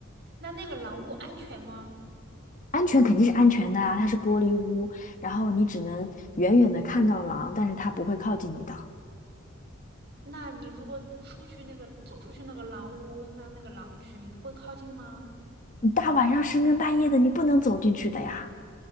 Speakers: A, on the right; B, on the left.
A: 那那个狼屋安全吗？
B: 安全肯定是安全的啊，它是玻璃屋，然后你只能远远的看到狼，但是它不会靠近你的。
A: 那你如果出去那个走出去那个狼屋，那那个狼群不会靠近吗？
B: 你大晚上深更半夜的，你不能走进去的呀。